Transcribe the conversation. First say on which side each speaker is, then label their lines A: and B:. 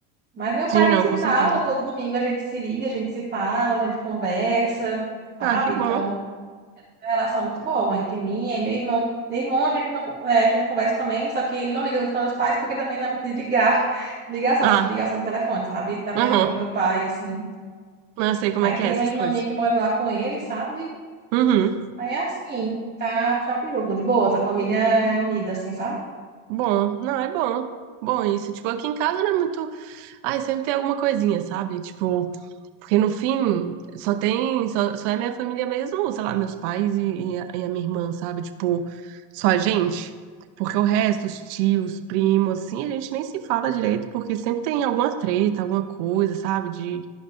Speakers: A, on the right; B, on the right.
A: Mas meu pai,
B: Sim,
A: a gente
B: não,
A: se
B: com
A: fala,
B: certeza.
A: todo domingo a gente se liga, a gente se fala, a gente conversa, sabe?
B: Ah, que
A: Então,
B: bom.
A: é uma relação muito boa entre mim e meu irmão. Meu irmão, a gente não, é, a gente conversa também, só que ele não liga muito para meus pais, porque ele também não é muito de ligar. <laughs> Ligação,
B: Ah,
A: tipo, ligação do telefone, sabe? Também
B: uhum.
A: para meu pai, assim.
B: Não, eu sei como
A: Aí
B: é que
A: tem
B: é essas
A: uma irmã
B: coisas.
A: minha que mora lá com ele, sabe?
B: Uhum.
A: Aí é assim, tá tranquilo, de boas, a família é unida, assim, sabe?
B: Bom, não, é bom. Bom, isso, tipo, aqui em casa não é muito. Ai, sempre tem alguma coisinha, sabe? Tipo, Porque no fim, só tem, só, só é minha família mesmo, sei lá, meus pais e, e a, e a minha irmã, sabe? Tipo, só a gente. Porque o resto, os tios, primos, assim, a gente nem se fala direito, porque sempre tem alguma treta, alguma coisa, sabe? De,